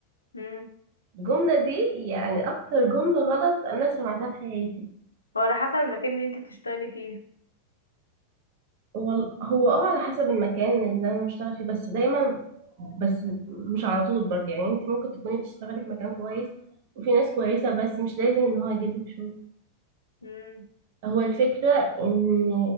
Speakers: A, on the left; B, on the right.
A: امم
B: الجملة دي يعني اكتر جملة غلط انا سمعتها في حياتي
A: هو على حسب المكان اللي انت بتشتغلي فيه
B: وال- هو اه على حسب المكان اللي انا بشتغل فيه بس دايما بس مش على طول برضه يعني انت ممكن تكوني بتشتغلي في مكان كويس وفي ناس كويسة بس مش لازم ان هو يجيب لك شغل
A: امم
B: هو الفكرة ان